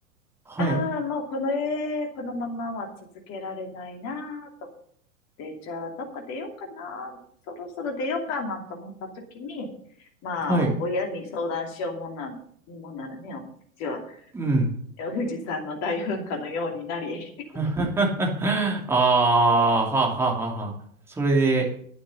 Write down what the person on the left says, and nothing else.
ああ、もうこの、えーこのままは続けられないなぁと思っで、じゃあ、どっか出ようかな、そろそろ出ようかなんて思った時に、まあ、
親に相談しようもんな、もんならね、うちは、
富士山の大噴火のようになり、<laughs>